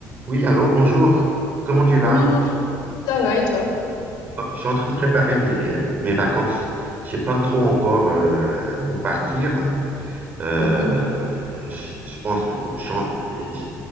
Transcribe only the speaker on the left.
Oui, bonjour. Ça va et toi?
Mhm.